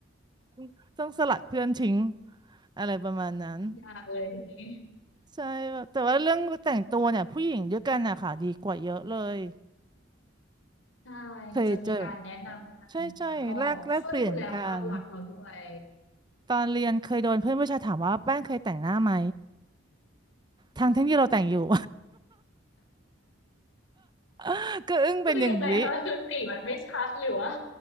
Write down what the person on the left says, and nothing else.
ยากเลยทีนี้
ใช่
จะมีการแนะนำกันแล้วก็ช่วยดูแลภาพลักษณ์เราด้วย
คือยังไงคะคือสีมันไม่ชัดหรือว่า